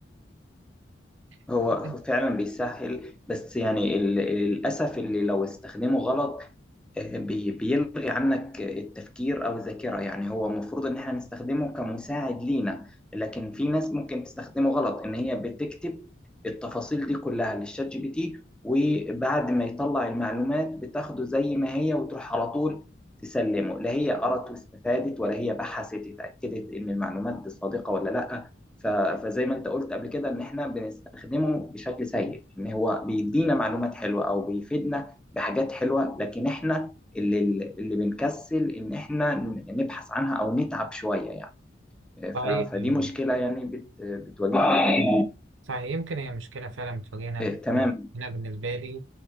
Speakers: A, in the centre; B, on the right (about 80°).
A: هو
B: <laughs>
A: فعلا بيسهل بس يعني ال- للاسف اللي لو استخدمه غلط آه، بي- بيلغي عنك التفكير او الذاكره يعني هو المفروض ان احنا نستخدمه كمساعد لينا لكن في ناس ممكن تستخدمه غلط ان هي بتكتب التفاصيل دي كلها للشات جي بي تي وبعد ما يطلع المعلومات بتاخده زي ما هي وتروح على طول تسلمه لا هي قرت واستفادت ولا هي بحثت اتاكدت ان المعلومات دي صادقه ولا لا ف- فزي ما انت قلت قبل كده ان احنا بنستخدمه بشكل سيء ان هو بيدينا معلومات حلوه او بيفيدنا بحاجات حلوه لكن احنا اللي اللي بنكسل ان احنا نبحث عنها او نتعب شويه يعني
B: صحيح
A: ف- فدي
B: يعني
A: مشكله يعني بت- بتواجهنا
B: صحيح يمكن هي مشكلة فعلا بتواجهنا
A: آه،
B: بس
A: تمام
B: يعني أنا بالنسبة لي